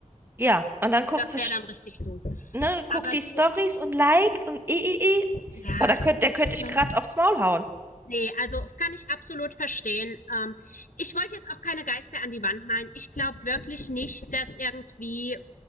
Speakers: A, on the right (about 15°); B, on the left (about 80°).
A: ja, und dann guckt
B: Das
A: sich,
B: wäre dann richtig doof.
A: ne, guckt
B: Aber
A: die
B: du,
A: Stories und liked und eh, eh, eh.
B: ja,
A: Boah, da könnt, der könnte
B: ich
A: ich
B: meine,
A: gerade aufs Maul hauen.
B: nee, also kann ich absolut verstehen. Ähm, ich wollte jetzt auch keine Geister an die Wand malen. Ich glaube wirklich nicht, dass irgendwie,